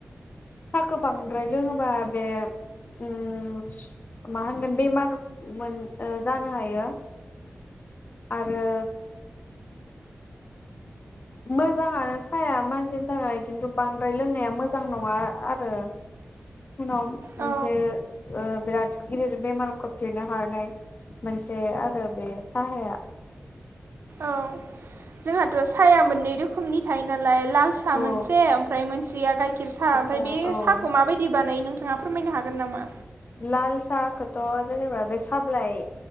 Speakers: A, on the left; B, on the right.
A: साखो बांद्राय लोङोबा बे उम्म मा होनगोन बेमार मोन ओ जानो हायो। आरो मोजांङानो साया मानसिनि थाखाय खिन्थु बांद्राय लोंनाया मोजां नङा आ-आरो। उनाव
B: औ
A: मोनसे ओ बिराद गिदिर बेमाराव खोख्लैनो हानाय मोनसे आरो बे साहाया।
B: औ जोंहाथ' साया मोननै रोखोमनि थायो नाल लाय ला सा
A: औ
B: मोनसे ओमफ्राय मोनसेया गाइखेर सा ओमफाय
A: साहा
B: बे
A: औ
B: साहाखौ माबा बायदि बानायो नोंथ <unintelligible> फोरमायनो हागोन नामा?
A: लाल साखोथ' जेनेबा बे साब्लाय